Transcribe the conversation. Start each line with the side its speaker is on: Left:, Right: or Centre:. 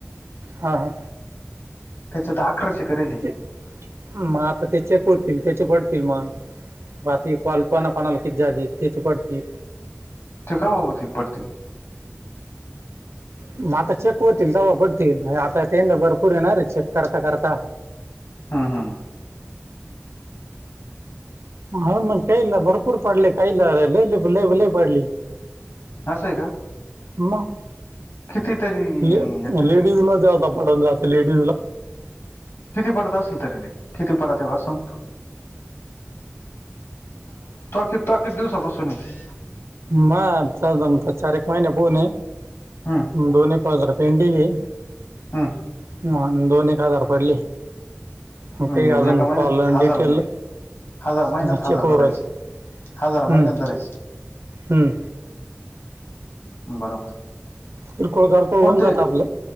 Right: हां हां
Left: त्याच्यातं अकराशे करेल हे!
Right: ते मग आता ते चेक होतील त्याचे पडतील मग. बाकी कॉल कोणाकोणाला किती झाले त्याचे पडतील.
Left: ते कव्हा होतील पडतील.
Right: म आता चेक होतील तंवा पडतील, आता तेन भरपूर हे नांरे चेक करता करता.
Left: हं हं!
Right: ह मग काहीला भरपूर पडले. काही ला लयी लयी लयी लयी पडले.
Left: असं हे का?
Right: म!
Left: कितीतरी!
Right: ले-लेडीज
Left: येते तरी
Right: ला जादा पडत जातं लेडीजला.
Left: किती पडत असल तरी रे, किती पडत्यां असं म्हणतो. तुवा कीतवा कीती दिवसा पासुन हे!
Right: महा आता जमता चारेक महिन्या पाहून ये.
Left: हं!
Right: दोन एक हजार पेडिंग हे!
Left: हं!
Right: हा दोन एक हजार पडले. मं काही
Left: म्हणजे
Right: अजून
Left: एका महिन्यात
Right: कॉलं
Left: हजार
Right: न डिटेल
Left: हजार महिन्यात हजार
Right: चेक
Left: धरायचे
Right: होऊ राहिली
Left: हजार महिन्यात
Right: हू
Left: धरायचे
Right: हू!
Left: बरा बर
Right: किरकोळ कारकोळ
Left: कोणते!
Right: होऊन जातं आपलं